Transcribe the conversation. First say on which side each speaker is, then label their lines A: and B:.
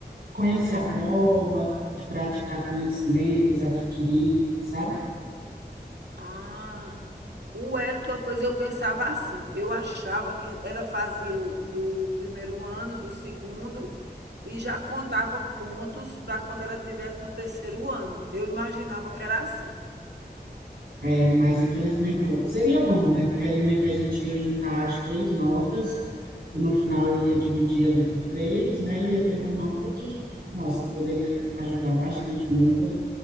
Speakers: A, on the right; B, on the right.
A: conhecer a prova, de praticar conhecimentos, adquirir, sabe?
B: Ah, o Wellington, pois eu pensava assim, eu achava que ela fazia o do primeiro ano, do segundo, e já contava pontos para quando ela estivesse no terceiro ano. Eu imaginava que era assim.
A: É, mas infelizmente não. Seria bom, né? Porque aí meio que a gente ia juntar as três notas e no final ia dividir ali por três, né? Ia ter uma nota que, nossa, poderia ajudar bastante muita,